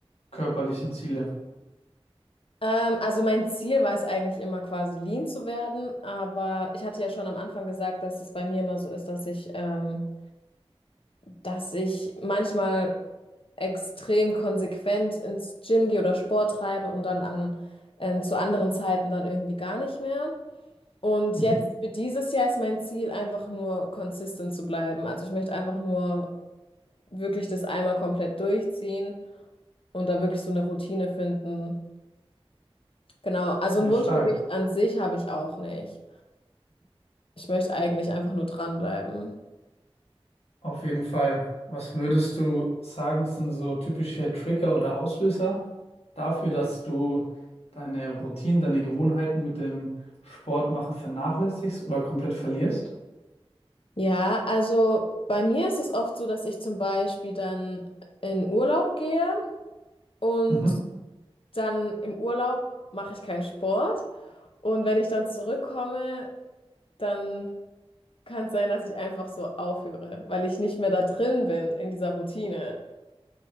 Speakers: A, on the left; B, on the left.
A: körperlichen Ziele?
B: Ähm, also mein Ziel war es eigentlich immer quasi lean zu werden, aber ich hatte ja schon am Anfang gesagt, dass es bei mir immer so ist, dass ich, ähm, dass ich manchmal extrem konsequent ins Gym gehe oder Sport treibe und dann an, ähm, zu anderen Zeiten dann irgendwie gar nicht mehr. Und
A: Mhm.
B: jetzt für dieses Jahr ist mein Ziel einfach nur consistent zu bleiben. Also ich möchte einfach nur wirklich das einmal komplett durchziehen und da wirklich so eine Routine finden. Genau, also
A: Ja,
B: ein Wunschgewicht
A: stark.
B: an sich habe ich auch nicht. Ich möchte eigentlich einfach nur dranbleiben.
A: Auf jeden Fall. Was würdest du sagen, sind so typische Trigger oder Auslöser dafür, dass du deine Routinen, deine Gewohnheiten mit dem Sport machen vernachlässigst oder komplett verlierst?
B: Ja, also bei mir ist es oft so, dass ich zum Beispiel dann in Urlaub gehe und
A: Mhm.
B: dann im Urlaub mache ich keinen Sport. Und wenn ich dann zurückkomme, dann kann es sein, dass ich einfach so aufhöre, weil ich nicht mehr da drin bin in dieser Routine.